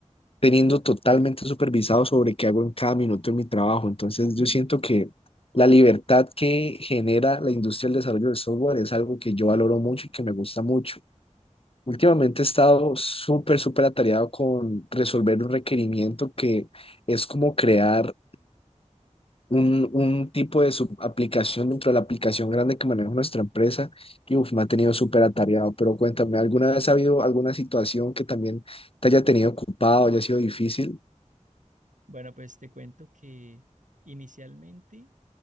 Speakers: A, on the left; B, on the right.
A: teniendo totalmente supervisado sobre qué hago en cada minuto de mi trabajo. Entonces yo siento que la libertad que genera la industria del desarrollo de software es algo que yo valoro mucho y que me gusta mucho. Últimamente he estado súper, súper atareado con resolver un requerimiento que es como crear un, un tipo de subaplicación dentro de la aplicación grande que maneja nuestra empresa y uf, me ha tenido súper atareado. Pero cuéntame, ¿alguna vez ha habido alguna situación que también te haya tenido ocupado, haya sido difícil?
B: Bueno, pues te cuento que inicialmente